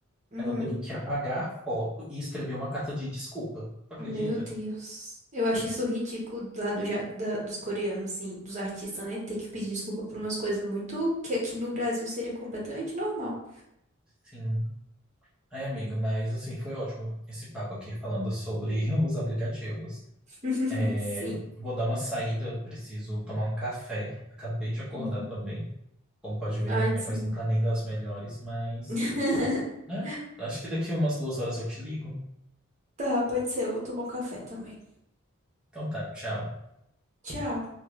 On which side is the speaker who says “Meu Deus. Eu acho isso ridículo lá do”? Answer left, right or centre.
Right